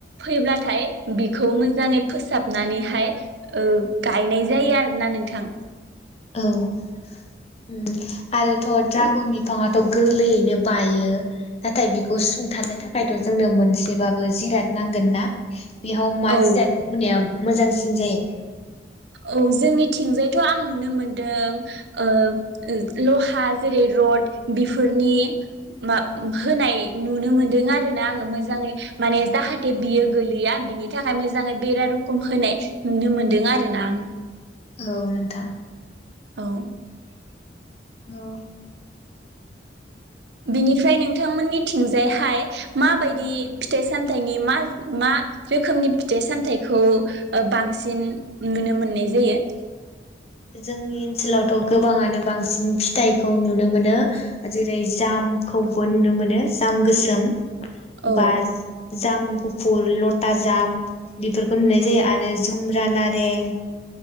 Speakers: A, on the right; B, on the left.
A: फैब्लाथाय बेखौ मोजाङै फोसाबनानैहाय गायनाय जायो आरोना नोंथां
B: औ उम आरोथ' दड्रागननि बिफाङाथ' गोरलैयैनो बायो नाथाय बिखौ सुंथानो थाखायथ' जोंनो मोनसेबाबो जिराद नांगोन ना बेयाव मा
A: औ
B: जिरादखौ होनाया मोजांसिन जायो?
A: औ जोंनिथिंजायथ' आं नुनो मोनदों ओ लहा जेरै रड बेफोरनि मा होनाय नुनो मोनदों आरो ना आङो मोजाङै माने जाहाथे बियो गोलैया बिनि थाखाय मोजाङै बेरा रखम होनाय नुनो मोनदों आरो देनां
B: औ नोंथां
A: <inaudible>
B: औ
A: बिनिफ्राय नोंथांमोननि थिंजायहाय माबायदि फिथाइ सामथाइनि मा मा रोखोमनि फिथाइ सामथाइखौ ओ बांसिन नुनो मोननाय जायो?
B: जोंनि ओनसोलावथ' गोबाङानो बांसिन फिथाइखौ नुनो मोनो जेरै जामखौबो नुनो मोनो जाम गोसोम
A: औ
B: बास जाम गुफुर लथा जाम बेफोरखौ नुनाय जायो आरो जुम्रा नारें